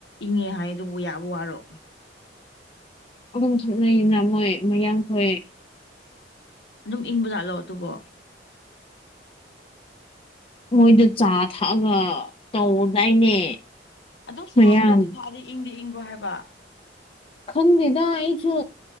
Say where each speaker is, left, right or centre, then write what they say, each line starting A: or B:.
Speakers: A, on the left; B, on the left.
A: ꯏꯪꯉꯦ ꯍꯥꯏ ꯑꯗꯨꯕꯨ ꯌꯥꯕ ꯋꯥꯔꯣ
B: ꯑꯗꯨꯝ ꯊꯛꯅꯩꯅ ꯃꯣꯏ ꯃꯌꯥꯡꯈꯣꯏ
A: ꯑꯗꯨꯝ ꯏꯪꯕꯖꯥꯠꯂꯣ ꯑꯗꯨꯕꯣ
B: ꯃꯣꯏꯗ‌ꯣ ꯆꯥ ꯊꯛꯑꯒ ꯇꯧꯗꯥꯏꯅꯦ
A: ꯑꯗꯨ ꯁꯥꯕꯗ
B: ꯃꯌꯥꯝ
A: ꯑꯗꯨ ꯊꯥꯛꯑꯗꯤ ꯏꯪꯗꯤ ꯏꯪꯕ꯭ꯔꯣ ꯍꯥꯏꯕ
B: ꯈꯪꯗꯦꯗ ꯑꯩꯁꯨ